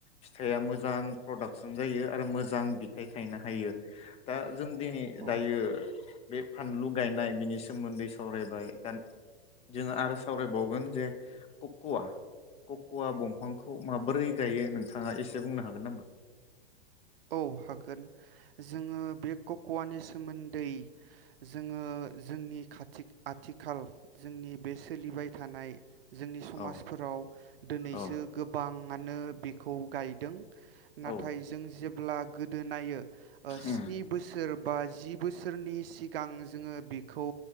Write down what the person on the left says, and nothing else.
फिथाइया मोजां प्रडाक्सन जायो आरो मोजां फिथाइ थायनो हायो दा जों दिनै
दायो बे फानलु गायनाय बिनि सोमोन्दै सावरायबाय दा जोङो आरो सावरायबावगोन जे कक वा कक वा दंफांखौ माबोरै गायो नोंथाङा एसे बुंनो हागोन नामा?
औ
औ
औ
उम